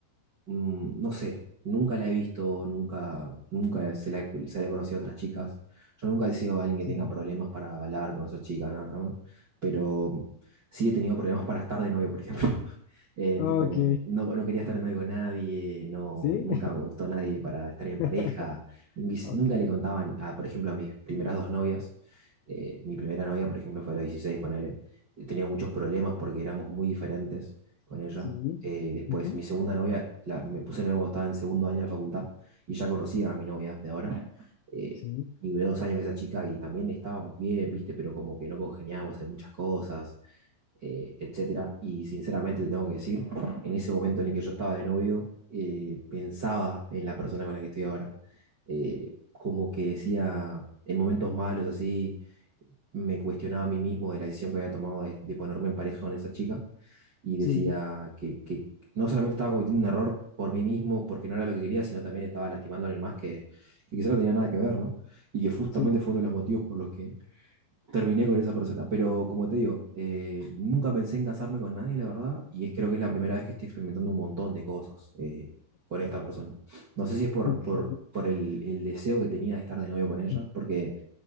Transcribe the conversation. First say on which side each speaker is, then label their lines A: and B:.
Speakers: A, on the right; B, on the left.
A: mm, no sé, nunca la he visto, nunca, nunca se la, he- se la he conocido a otras chicas. Yo nunca he sido alguien que
B: Sí.
A: tenga problemas para hablar, conocer chicas, nada, ¿no? Pero sí he tenido problemas para estar de novio, por ejemplo. <laughs> Eh,
B: Ok,
A: tipo, no, no quería estar de novio con nadie, no,
B: sí.
A: nunca me gustó nadie para estar en pareja.
B: <laughs>
A: Nunca, hice-
B: Ok.
A: nunca le contaban, a, por ejemplo, a mis primeras dos novias. Eh, mi primera novia, por ejemplo, fue a los 16 ponele. Tenía muchos problemas porque éramos muy diferentes con ella
B: Sí,
A: eh, después,
B: ujú,
A: mi segunda novia, la- me puse novio cuando estaba en segundo año de la facultad y ya conocía a mi novia de ahora. eh,
B: sí,
A: y duré dos años con esa chica y también estábamos bien, ¿viste? Pero como que no congeniábamos en muchas cosas, eh, etcétera. Y sinceramente te tengo que decir, en ese momento en el que yo estaba de novio, eh, pensaba en la persona con la que estoy ahora. Eh, como que decía, en momentos malos así, me cuestionaba a mí mismo de la decisión que había tomado de de ponerme en pareja con esa chica y
B: sí,
A: decía que, que no solamente estaba cometiendo un error por mí mismo, porque no era lo que quería, sino también estaba lastimando a alguien más que, que quizá no tenía nada que ver, ¿no? Y que justamente
B: sí,
A: fue uno de los motivos por los que terminé con esa persona. Pero como te digo, eh, nunca pensé en casarme con nadie, la verdad, y es creo que es la primera vez que estoy experimentando un montón de cosas eh, con esta persona. No sé si es por,
B: ok,
A: por, por el, el deseo que tenía de estar de novio con ella,
B: <clears throat>
A: porque